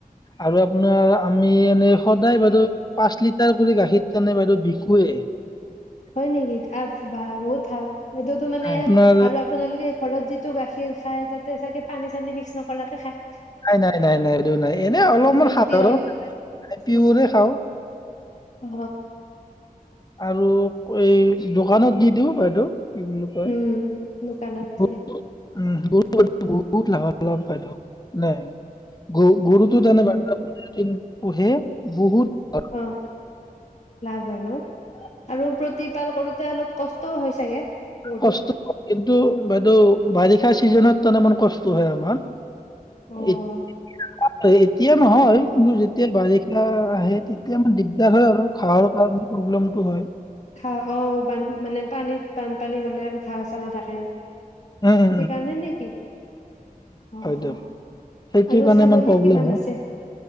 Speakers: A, on the left (about 25°); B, on the left (about 50°).
A: আৰু আপোনাৰ আমি এনেই সদায় বাইদেউ পাঁচ লিট বিৰ কৰি গাখীৰত মানে বাইদেউ বিকুৱে
B: হয় নেকি বহুত। ভাল সেইটোতো মানে
A: নাই আপোনাৰ
B: আৰু আপোনালোকে। ঘৰত যিটো গাখীৰ খাই তাতে চাগে পানী চানী মিক্স নকৰাকে খায়।
A: নাই নাই নাই নাই এই নাই এনে অলপমান
B: একদম
A: সাধাৰণ
B: পিয়ৰ
A: পৰে
B: উম
A: খাওঁ‌।
B: অ
A: আৰু এই দোকানত দি দিওঁ বাইদেউ। কি বুলি কয়
B: উম দুকানত যে
A: গৰুটো, উম বহু বহুত লাভালাভ বাইদেউ নাই। গৰু গৰুটো
B: উম
A: তেনে পোহে বহুত ভাল
B: অ লাভ হয় ন আৰু প্ৰতিপাল কৰোঁ‌তে অলপ। কষ্ট হৈ চাগে। ন়
A: কষ্ট
B: <inaudible>
A: হয়। কিন্তু বাইদেউ বাৰিষা চিজনত তানে মমান কষ্ট হয় আমাৰ।
B: অ'
A: ই তেতিয়া নহয় কিন্তু যেতিয়া বাৰিষা আহে তেতিয়া আমাৰ দিগদাৰ হয় আৰু ঘাহৰ কাৰণে প্ৰব্লেমটো হয়।
B: ঘাঁ অ বান মানে পানীত বানপানী হলে ঘাঁ‌হ চা নাথাকে।
A: উ উ
B: সেইকাৰণে নেকি? অ'
A: দক সেইটো
B: আৰু
A: কাৰণে
B: ছাগলী
A: ইবলে
B: কিমান আছে?